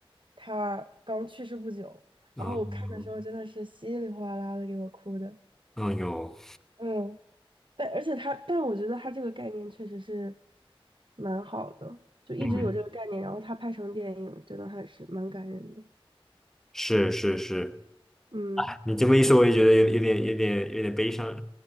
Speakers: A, on the right; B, in the centre.
A: 他刚去世不久，
B: 嗯
A: 然后我看的时候真的是稀里哗啦的给我哭的，
B: 嗯哟，
A: 嗯，但而且他，但我觉得他这个概念确实是蛮好的，就一直有这个概念，
B: 嗯，
A: 然后他拍成电影，真的还是蛮感人的，
B: 是是是，
A: 嗯，
B: 你这么一说，我也觉得有有点有点有点悲伤。